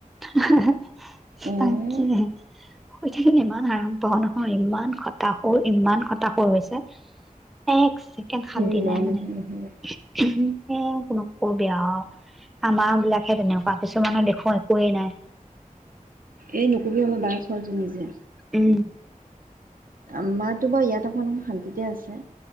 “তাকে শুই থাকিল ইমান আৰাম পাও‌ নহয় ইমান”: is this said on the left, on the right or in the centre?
Centre